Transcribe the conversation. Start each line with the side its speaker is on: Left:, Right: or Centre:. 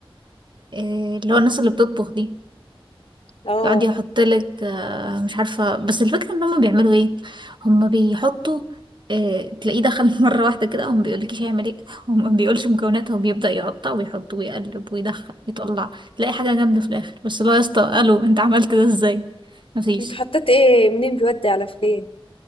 Right: آه اللي هو الناس اللي بتطبخ دي
Left: اه
Right: يقعد يحط لك آه مش عارفة بس الفكرة ان هم بيعملوا ايه هم بيحطوا آه تلاقيه دخل <laughs> مرة واحدة كده هو ما بيقولكيش هيعمل ايه هو ما بيقولش مكوناتها وبيبدأ يقطع ويحط ويقلب ويدخل ويطلع تلاقي حاجة جامدة في الاخر بس اللي هو يا اسطى الو انت عملت ده ازاي مفيش
Left: انت حطيت ايه منين بيودي على فين